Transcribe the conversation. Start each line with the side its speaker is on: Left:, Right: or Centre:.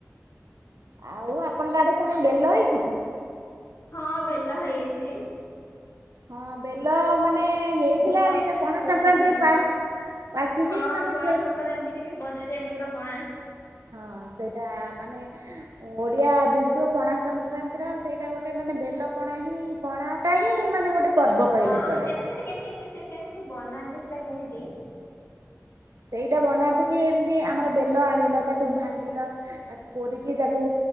Right: ଆଉ ଆପଣଙ୍କ ଆଡେ ସେଣେ ବେଲ ହେଇକି କି?
Left: ହଁ ବେଲ ହେଇଛି।
Right: ହଁ ବେଲ ମାନେ ହେଇଥିଲା
Left: ବେଲ ପାଚିକି
Right: ଏଇଟା ପଣା
Left: ପୋଡୁଛି
Right: ସଂକ୍ରାନ୍ତିରେ
Left: ବି
Right: ପା ପାଚିକି
Left: ହଁ
Right: ମାନେ
Left: ପଣା ସଂକ୍ରାନ୍ତିରେ ବି ବନାଯାଏ ବେଲ ପଣା।
Right: ହଁ ସେଇଟା ମାନେ ଓଡିଆ ବି ପଣା ସଂକ୍ରାନ୍ତିର ସେଇଟା ଗୋଟେ ମାନେ ବେଲ ପଣା ହିଁ ପଣା ଟା ହିଁ ମାନେ ଗୋଟେ ପର୍ବ କହିଲେ
Left: ହଁ
Right: ଚଳେ
Left: ସେଟା ସେଟା କେମତି ସେମତି କେମିତି ବନାନ୍ତି ସେଟା କେମିତି
Right: ସେଇଟା ବନାେଇଥକି ଏମତି ଆମର ବେଲ ଆଣିଲ ତାକୁ ଭାଙ୍ଗିଲ। ତାକୁ କୋରିକି ତାକୁ